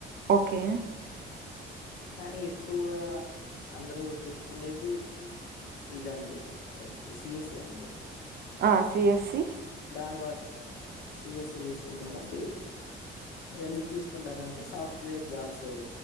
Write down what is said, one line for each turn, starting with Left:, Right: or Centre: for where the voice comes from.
Right: ఓకే.
Left: కానీ ఎక్కువగా అందరూ తీసుకునేది ఇదండి. సిఏసి ఈ అండి
Right: ఆ సిఎస్సి
Left: దాని వల్ల. సిఎసి తీసుకుంటారండి ఎందుకు తీసుకుంటారంటే సాఫ్ట్. వే జాబ్స్